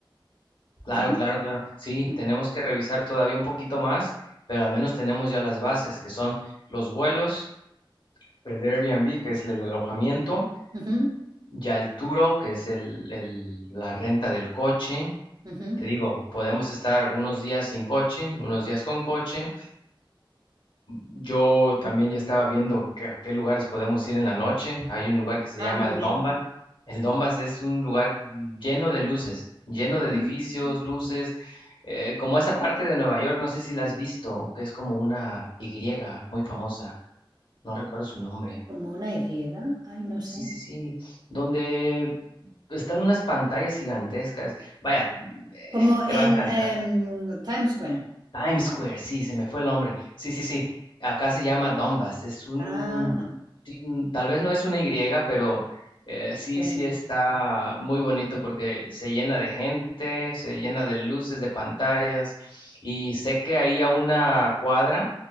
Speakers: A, on the left (about 65°); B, on the right (about 50°).
A: claro,
B: ¿no?
A: claro, claro. Sí,
B: Mm.
A: tenemos que revisar todavía un poquito más, pero al menos tenemos ya las bases, que son los vuelos, el Airbnb, que es el alojamiento,
B: Ujú,
A: ya el Turo, que es el, el- la renta del coche.
B: ujú.
A: Te digo, podemos estar unos días sin coche, unos días con coche. Yo también ya estaba viendo que a qué lugares podemos ir en la noche. Hay un lugar que se
B: Ah,
A: llama
B: muy
A: el
B: bien.
A: Dombas. El Dombas es un lugar lleno de luces, lleno de
B: Ujú.
A: edificios, luces, eh, como esa parte de Nueva York, no sé si la has visto, que es como una Y muy famosa, no recuerdo su nombre.
B: Como una Y, ay, no sé.
A: Sí, sí, sí, donde están unas pantallas gigantescas. Vaya, eh,
B: Como
A: te va
B: en
A: a encantar.
B: em, Times Square.
A: Times Square, sí, se me fue el nombre. Sí, sí, sí. Acá se llama Donbass. Es un,
B: Ah,
A: ti- mm, tal vez no es una Y, pero eh, sí,
B: ok.
A: sí está muy bonito porque se llena de gente, se llena de luces, de pantallas. Y sé que ahí a una cuadra